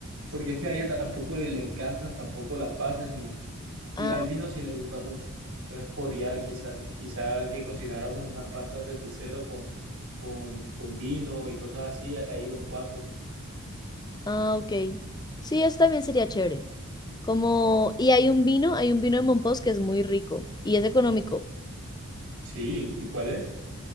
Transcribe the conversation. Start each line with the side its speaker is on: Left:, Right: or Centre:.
Right: porque es que a ella tampoco le encantan tampoco las pasas, ni, y
Left: Ah,
Right: al vino sí le gusta mucho, entonces podría quizás, quizá que cocináramos unas pastas desde cero con, con, con vino y cosas así, ahí los cuatro.
Left: ah, ok. Sí, eso también sería chévere. Como, y hay un vino, hay un vino de Mompox que es muy rico y es económico.
Right: Sí, ¿y cuál es?